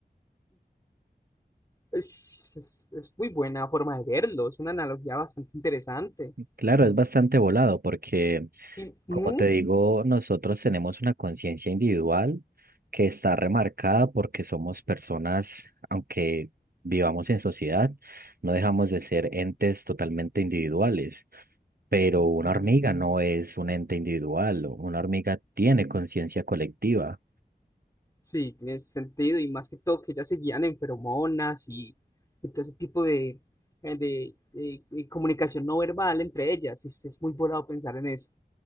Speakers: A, on the left (about 20°); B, on the right (about 65°).
A: Es, es, es muy buena forma de verlo, es una analogía bastante interesante.
B: Claro,
A: Y,
B: es bastante volado porque,
A: y- ujú,
B: como te digo, nosotros tenemos una conciencia individual que está remarcada porque somos personas, aunque vivamos en sociedad, no dejamos de ser entes totalmente individuales. Pero
A: ujú.
B: una hormiga no es un ente individual, o una hormiga tiene conciencia colectiva.
A: Sí, tiene sentido, y más que todo que ellas se guían en feromonas y, y todo ese tipo de, eh, de- de- de comunicación no verbal entre ellas. Es, es muy volado pensar en eso.